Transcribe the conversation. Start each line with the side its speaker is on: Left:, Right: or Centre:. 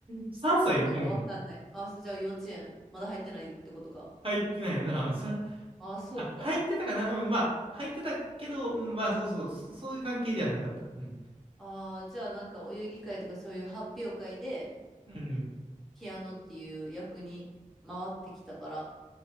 Right: 3歳よ。
Centre: なんかわかんない。
Right: うん。
Centre: あ、じゃあ幼稚園、まだ入ってないってことか。
Right: 入ってないよな。さん、
Centre: ああ、そうか。
Right: あ、入ってたかなうん、まあ、入ってたけど、うん、まあ、そうそう、そそういう関係ではなかった。うん。
Centre: ああ、じゃあなんかお遊戯会とかそういう発表会で、
Right: うんうん。
Centre: ピアノっていう役に回ってきたからっ